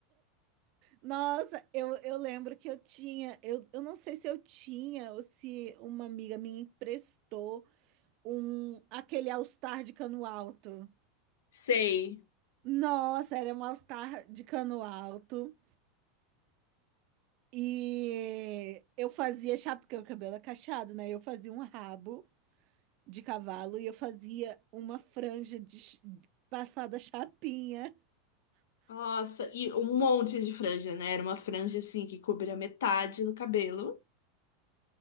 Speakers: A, on the right (about 55°); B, on the left (about 75°).
A: Nossa, eu, eu lembro que eu tinha, eu, eu não sei se eu tinha ou se uma amiga minha emprestou um aquele All-Star de cano alto.
B: Sei.
A: Nossa, era um All-Star de cano alto. E eu fazia chapéu, porque o cabelo é cacheado, né? Eu fazia um rabo. de cavalo e eu fazia uma franja de ch- passada chapinha.
B: Nossa, e um monte de franja, né? Era uma franja assim que cobria metade do cabelo.